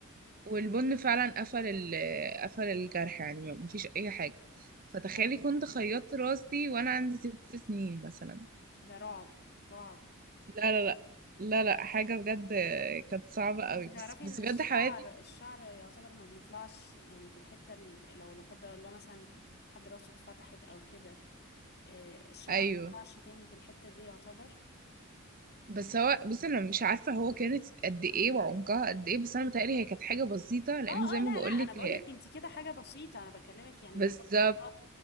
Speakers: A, on the right; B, on the left.
A: والبن فعلا قفل ال... قفل الجرح يعني ما- مفيش اي حاجه فتخيلي
B: يا عيني
A: كنت
B: يا بنتي
A: خيطت راسي وانا عندي ست سنين مثلا
B: ده رعب رعب
A: لا لا لا لا لا حاجه بجد كانت صعبه قوي
B: انتي تعرفي
A: بس بس
B: ان الشعر
A: بجد حوادث
B: الشعر يعتبر ما بيطلعش يعني في الحتة ال- لو لا قدر الله مثلا حد راسه اتفتحت او كده آه، الشعر
A: ايوه
B: ما بيطلعش تاني في الحتة دي يعتبر
A: بس هو بصي انا مش عارفه هو كانت قد ايه وعمقها قد ايه بس انا متهيألي هي كانت حاجه بسيطه لان
B: اه اه
A: زي ما
B: لا
A: بقولك
B: لا انا بقول
A: هي
B: لك انتي كده حاجة بسيطة انا بكلمك يعني
A: بالظبط
B: لا قدر الله